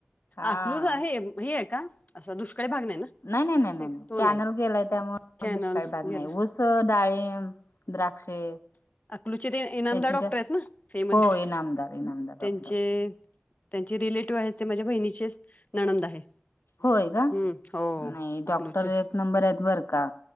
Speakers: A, on the left; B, on the left.
A: हा
B: आकलूज आहे हे का अस दुष्काळी भाग.
A: नाही नाही नाही नाही
B: ते
A: नाही
B: तो
A: कॅनल केलाय त्यामुळे
B: कॅनल
A: दुष्काळी भाग नाही
B: गेला
A: ऊस डाळीम. द्राक्षे
B: अकलूचे ते इनामदार
A: त्याचीच्या
B: डॉक्टर आहेत ना फेमस
A: हो
B: डॉक्टर
A: इनामदार इनामदार डॉक्टर
B: त्यांचे त्यांचे रिलेटिव्ह आहे ते माझ्या बहिणीचेच नणंद आहे
A: होय का
B: हम्म हो
A: नाही डॉक्टर
B: अकलूचे
A: एक नंबर आहेत बर का